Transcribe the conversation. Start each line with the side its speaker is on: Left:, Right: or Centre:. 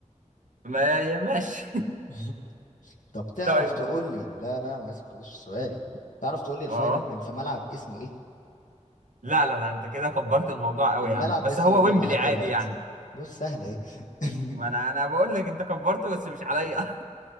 Right: ما ماشي
Left: <laughs> طب تعرف
Right: <laughs> طيب
Left: تقول لي لا لا انا لسه ما خلصتش سؤالي تعرف تقول لي الفاينل
Right: اه
Left: كان في ملعب اسمه ايه
Right: لا لا لا انت كده كبرت الموضوع قوي
Left: الملعب
Right: يا عم بس
Left: لسه
Right: هو
Left: موجود
Right: ويمبلي
Left: لحد
Right: عادي
Left: دلوقتي
Right: يعني
Left: بص سهله اهي
Right: ما
Left: <laughs>
Right: انا انا بقول لك انت كبرته بس مش عليا